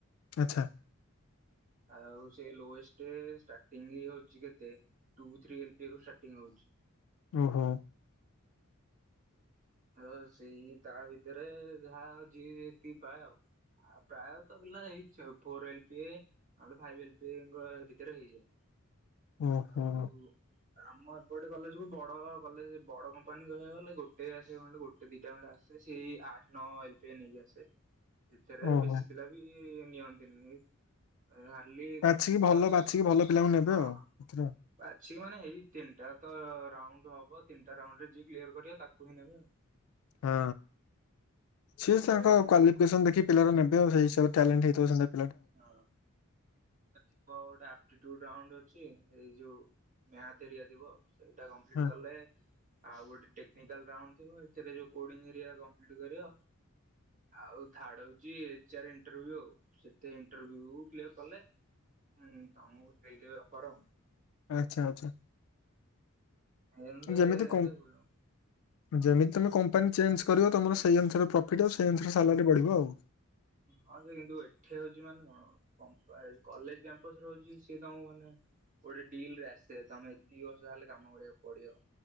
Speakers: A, on the left; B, on the right.
A: ଆଚ୍ଛା
B: ଆଉ ସେ ଲୋଏଷ୍ଟ ଷ୍ଟାଟିଙ୍ଗି ହଉଛି କେତେ ଟୁ ଥ୍ରୀ ଏଲ ପିରୁ ଷ୍ଟାଟିଂ ହେଉଛି।
A: ଓହୋ <inaudible>
B: ତ ସେଇ ତା ଭିତରେ ଯାହା ଯିଏ ଯେତିକି ପାଏ ଆଉ। ଆ ପ୍ରାୟତ ପିଲା ଏଇ ଯୋଉ ଫୋର୍ ଏଲ୍ ପି ଏ ନହେଲେ ଫାଇପ୍ ଏଲ୍ ପି ଏ ଆ ଭିତରେ ହେଇଯାଏ
A: ଉ ହୁ
B: ଆଉ ଆମ ଏପଟେ କଲେଜ କୁ ବଡ଼ ବଡ଼ କଲେଜ ବଡ କମ୍ପାନୀ କହିବାକୁ ଗୋଟେ ଆସିବ ଖଣ୍ଡେ ଗୋଟେ ଦିଟା ଖଣ୍ଡେ ଆସେ ସେଇ ଆଠ ନଅ ଏଲ୍ ପି ଏ ନେଇକି ଆସେ। ଏଥିରେ
A: ଓହୋ
B: ବେଶୀ ପିଲା ବି ନିଅନ୍ତିନି। ହାଡ୍ଲି
A: ବାଛିକି ଭଲ
B: ଦଶ
A: ବାଛିକି ଭଲ ପିଲାଙ୍କୁ ନେବେ
B: ହଁ
A: ଆଉ
B: ହଁ
A: ଏଥିରେ।
B: ବାସ୍ ସିଏ ମାନେ ଏଇ ତିନିଟା ତ ରାଉଣ୍ଡ ହବ ତିନିଟା ରାଉଣ୍ଡ ରେ ଯିଏ କ୍ଲିଅର୍ କରିବା ତାକୁ ହିଁ ନେବେ ଆଉ
A: ହଁ ସିଏ ତାଙ୍କ
B: ରାଉଣ୍ଡ
A: କ୍ୱାଲିଫିକେସନ
B: ହଁ।
A: ଦେଖି ପିଲାର ନେବେ ଆଉ ସେଇ ହିସାବରେ ଟ୍ୟାଲେଣ୍ଟ ହେଇଥିବ ସେ
B: ହଁ ତ ଥିବ ଗୋଟେ ଯୋଉ ରାଉଣ୍ଡ୍ ଅଛି ଏଇ ଯୋଉ ମ୍ୟାଚ୍ ଭାରିକା ଥିବ। ଗୋଟାଏ କଂପ୍ଲିଟ୍
A: ହଁ
B: କଲେ ଆଉ ଗୋଟେ ଟେକ୍ନିକାଲ ରାଉଣ୍ଡ୍ ଥିବ ଏଥିରେ ଯୋଉ କୋଡ଼ିଂ ଭାରିକା କଂପ୍ଲିଟ୍ କରିବ। ଆଉ ଥାର୍ଡ ହଉଛି ଏଚ୍ ଆର୍ ଇଣ୍ଟର୍ଭ୍ୟୁ ଆଉ। ତ ଇଣ୍ଟରଭ୍ୟୁ କ୍ଲିୟର୍ କଲେ ମ୍ ତମକୁ ଦେଇଦେବେ ଅଫର
A: ଆଚ୍ଛା ଆଚ୍ଛା
B: ଇନ୍ ଦି
A: ଯେମିତି
B: ଇନ୍
A: କମ୍ପ
B: ଦି ବ୍ୟୁରୋ <unintelligible>
A: ଯେମିତି ତମେ କମ୍ପାନୀ ଚେଞ୍ଜ କରିବ ତମର ସେଇ ଅନୁସାରେ ପ୍ରଫିଟ୍ ଆଉ ସେଇ ଅନୁସାରେ ସାଲାରି ବଢିବ ଆଉ
B: ହଁ ଯେ କିନ୍ତୁ ଏଠି ହଉଛି ମାନେ କଣ କଲେଜ କ୍ୟାମ୍ପସରେ ହଉଛି ସିଏ ତମ ମାନେ ଗୋଟେ ଡିଲ୍ ରେ ଆସେ ତମେ ଏତିକି ବର୍ଷ ହେଲେ କାମ କରିବାକୁ ପଡିବ